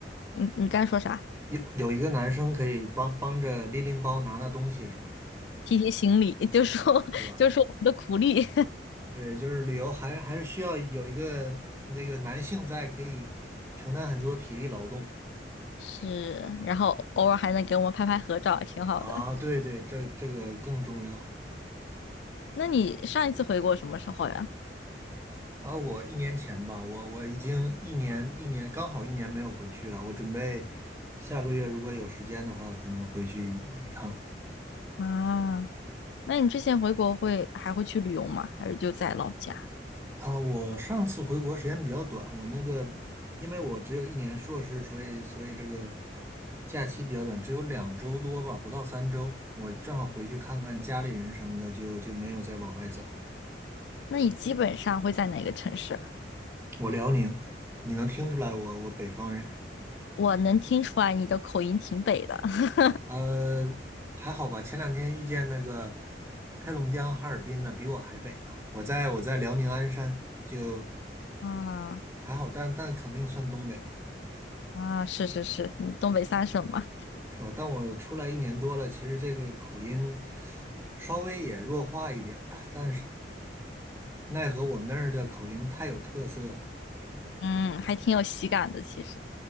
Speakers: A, on the left; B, on the right.
A: 你你刚才说啥？
B: 有有一个男生可以帮帮着拎拎包、拿拿东西，是吧？
A: 提提行李，就说
B: 是吧？
A: <laughs> 就说我们的苦力
B: 对，就是旅游还还是需要有一个那个男性在，可以承担很多体力劳动
A: <laughs> 是，然后偶尔还能给我们拍拍合照，挺好的。
B: 啊。对对，这这个更重要。
A: 那你上一次回国什么时候呀？
B: 啊，我一年前吧，我我已经一年一年刚好一年没有回去了。我准备下个月如果有时间的话，可能回去一一趟。
A: 啊。那你之前回国会还会去旅游吗？还是就在老家？
B: 啊，我上次回国时间比较短，我那个因为我只有一年硕士，所以所以这个假期比较短，只有两周多吧，不到三周。我正好回去看看家里人什么的，就就没有再往外走。
A: 那你基本上会在哪个城市？
B: 我辽宁，你能听出来我我北方人。
A: 我能听出来你的口音挺北的。<laughs>
B: 呃，还好吧。前两天遇见那个黑龙江哈尔滨的，比我还北呢。我在我在辽宁鞍山，就
A: 啊
B: 还好，但但肯定算东北，
A: 啊，是是是，你东北三省嘛，
B: 是吧？但我出来一年多了，其实这个口音稍微也弱化一点了，但是奈何我们那儿的口音太有特色了，
A: 嗯，还挺有喜感的其实。